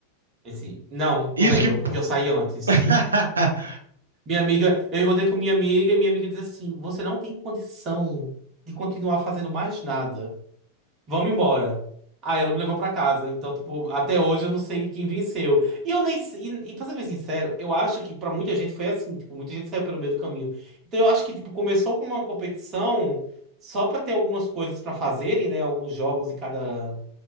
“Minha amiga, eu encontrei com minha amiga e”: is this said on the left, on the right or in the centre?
Right